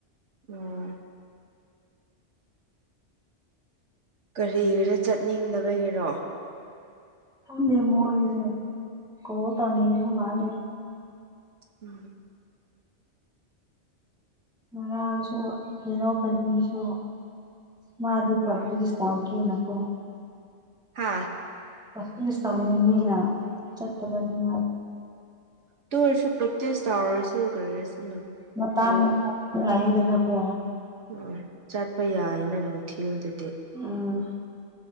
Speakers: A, on the right; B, in the centre.
A: ꯎꯝ ꯀꯔꯤ ꯈꯔ ꯆꯠꯅꯤꯡꯗꯕꯒꯤꯔꯣ
B: ꯈꯝꯗꯦ ꯃꯣꯏꯁꯦ ꯀꯣ ꯇꯥꯅꯤꯡꯕ ꯃꯥꯜꯂꯤꯦ
A: ꯎꯝ
B: ꯉꯥꯡꯁꯨ ꯕꯤꯅꯣꯄꯕꯤꯁꯨ ꯃꯥꯗꯨꯄꯇ
A: ꯍꯣꯏ
B: ꯆꯥꯎꯥꯛ ꯀ ꯅꯀꯣ <unintelligible>
A: ꯍꯥꯥ
B: ꯀꯇ ꯏꯁꯥꯎꯅꯤꯅꯤ ꯆꯠꯇꯠꯇꯄꯅꯤ ꯃꯥ
A: ꯇꯨ ꯑꯣꯏꯔꯁꯨ ꯄꯇ꯭ꯦ ꯁꯇꯥꯔꯁꯨ ꯑꯣꯏꯔꯦꯁꯨ
B: ꯃꯇꯥꯡ ꯂꯥꯛꯏꯗꯅꯀꯣ
A: ꯎꯝ ꯆꯠꯄ ꯌꯥꯏꯅ ꯅꯨꯡꯊꯤꯜꯗꯗꯤ
B: ꯎꯝ